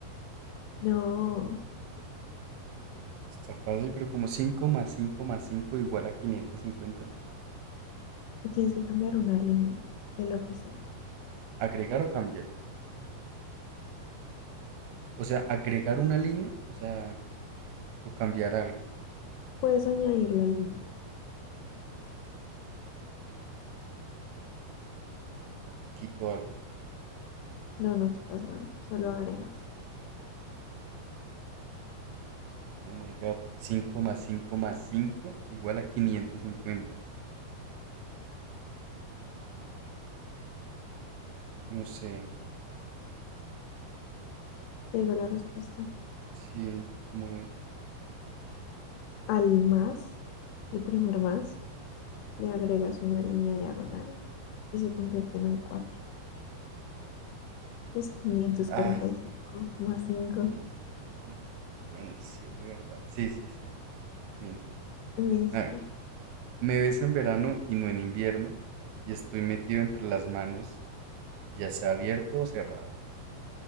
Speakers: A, on the left; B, on the right.
A: No,
B: Está fácil, pero como 5 más 5 más 5 igual a 550.
A: tienes que cambiar una línea de lo que sea.
B: ¿Agregar o cambiar? O sea, agregar una línea, o sea, o cambiar algo,
A: Puedes añadir la línea.
B: o quito algo.
A: No, no quitas nada, solo agregas.
B: Oh my God. 5 más 5 más 5 igual a 550. No sé,
A: Te digo la respuesta.
B: sí, ¿cómo es?
A: Al más, el primer más, le agregas una línea diagonal y se convierte en un 4. Es quinientos
B: Ah,
A: cuarenta y cinco más cinco,
B: mm, bueno, sí, es verdad. Sí, sí, sí. Bien.
A: Listo.
B: A ver. Me ves en verano y no en invierno, y estoy metido entre las manos, ya sea abierto o cerrado.